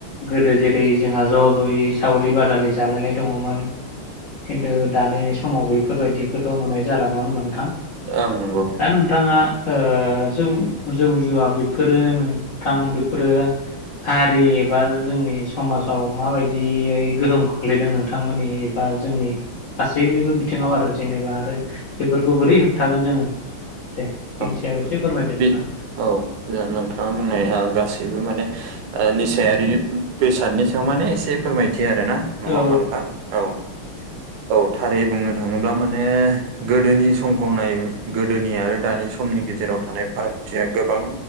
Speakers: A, on the left; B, on the right.
A: गोदो जेरै जोंहा ज' ज'यै सावरि बादालि जालायनाय दङमोन। खिन्थु दानि समाव बै फोरबायदिखौथ' नुनाय जाला नङा ओमबा नोंथां
B: ओं नंगौ
A: दा नोंथाङा ओ जौ जौ जुवा बेफोरो नोंथां बेफोरो हारि एबा जोंनि समाजाव माबायदियै गोहोम खोख्लैदों नोंथांमोननि बा जोंनि गासैनिबो बिथिङाव आरो जेनेबा आरो बेफोरखौ बोरै होबथागोन जोङो दे बेनि
B: ओं
A: सायाव एसे फोरमायदों नोंथां।
B: बे औ नोंथाङा बुंनाया गासैबो माने ओ निसायारि बेसादनि सायाव माने एसे फोरमायथि आरोना नङा
A: औ
B: ओमबा नोंथां औ। औ थारै बुंनो थाङोब्ला माने गोदोनि समखौ नाय गोदोनि आरो दानि समनि गेजेराव थानाय फारागथिया गोबां